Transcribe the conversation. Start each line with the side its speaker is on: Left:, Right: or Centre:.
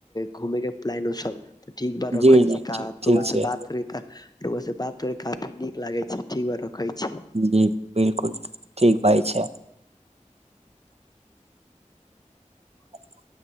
Left: घूमे के प्लान ओ सब तऽ ठीक बा
Right: जी
Left: रखै
Right: जी
Left: छी ताब।
Right: ठीक ठीक
Left: रउआ से
Right: छै
Left: बात करी तऽ रउआ से बात करि क काफी नीक लागे छै ठीक बा रखै छी।
Right: जी बिलकुल ठीक भइ छै। <inaudible>